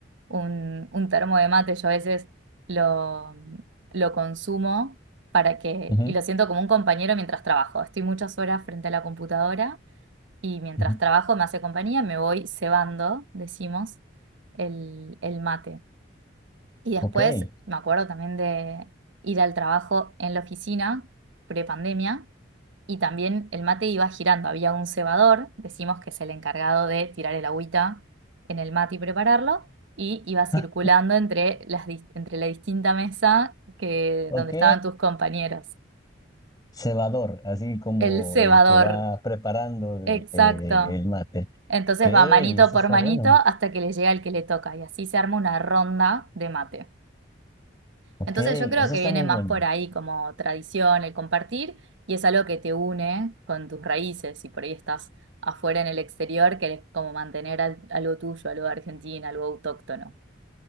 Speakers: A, on the right; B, on the left.
A: un, un termo de mate, yo a veces lo, lo consumo para que,
B: ujú,
A: y lo siento como un compañero mientras trabajo. Estoy muchas horas frente a la computadora y mientras
B: ujú,
A: trabajo me hace compañía, me voy cebando, decimos, el, el mate. Y después
B: ok, <laughs>
A: me acuerdo también de ir al trabajo en la oficina, prepandemia, y también el mate iba girando. Había un cebador, decimos que es el encargado de tirar el agüita en el mate y prepararlo, y iba circulando
B: ja,
A: entre, las, dis- entre la distinta mesa que,
B: ok.
A: donde estaban tus compañeros.
B: Cebador, así como
A: El cebador,
B: el que va preparando el,
A: exacto.
B: eh, el mate.
A: Entonces
B: Ok, eso
A: va manito por
B: está
A: manito
B: bueno.
A: hasta que le llega el que le toca y así se arma una ronda de mate.
B: Ok,
A: Entonces
B: eso
A: yo creo que
B: está
A: viene
B: muy
A: más
B: bueno.
A: por ahí como tradición, el compartir y es algo que te une con tus raíces y por ahí estás afuera en el exterior, querés como mantener al- algo tuyo, algo de Argentina, algo autóctono.